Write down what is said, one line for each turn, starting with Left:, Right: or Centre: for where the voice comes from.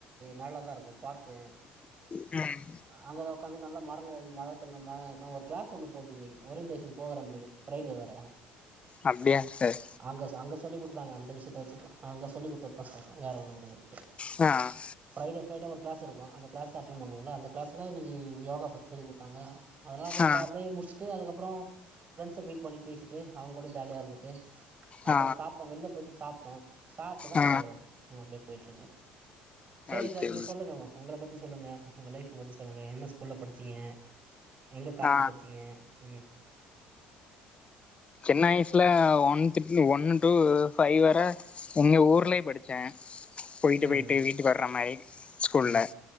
Right: நல்லாதா இருக்கும் பார்க்கு
Left: ம்
Right: அங்கதா உக்காந்து நல்ல மர நெழல் மரத்த நம்ம ஒரு க்ளாஸ் ஒண்ணு போச்சு இன்னைக்கி ஓரியன்டேஷன் ப்ரோக்ராம் இன்னைக்கி ஃப்ரைடே வேற
Left: அப்டியா சார்
Right: அங்க அங்க சொல்லி குடுத்தாங்க அந்த விஷயத்த வெச்சு தா அங்க சொல்லிக் குடுத்ததுதா சொல்றே வேற ஒண்ணு கெடையாது
Left: ஆ
Right: ஃப்ரைடே ஃப்ரைடே ஒரு க்ளாஸ் இருக்கு அந்த க்ளாஸ் அட்டன் பண்ணுவோல அந்த க்ளாஸ்ல இன்னிக்கி யோகா பத்தி சொல்லி குடுத்தாங்க அதெல்லா அப்ற
Left: ஆ
Right: ப அப்டியே முடிச்சிட்டு அதுக்கப்றோ ஃபெரெண்ட்ஸ மீட் பண்ணி பேசிட்டு அவுங் கூட ஜாலியா இருந்துட்டு அப்றோ
Left: ஆ
Right: சாப்டோ வெள்ல போயிட்டு சாப் டோ சாப்ட்டுதா
Left: ஆ
Right: இப்போ அப்டியே போயிட்ருக்கோ சேரி
Left: அது
Right: சார்
Left: சரி
Right: நீங்க சொல்லுங்க உங்கள பத்தி சொல்லுங்க உங்க லைஃப்ப பத்தி சொல்லுங்க எந்த ஸ்கூல்ல படிச்சிங்க எங்க காலேஜ்
Left: ஆ
Right: படிச்சிங்க ம்
Left: சின்ன வய்சுல ஒன் திர்னு ஒன்னு டூ ஃபைவ் வர எங்க ஊர்லே படிச்சே போயிட்டு
Right: ம்
Left: போயிட்டு வீட்டுக்கு வர்ற மாரி ஸ்கூல்ல
Right: ம்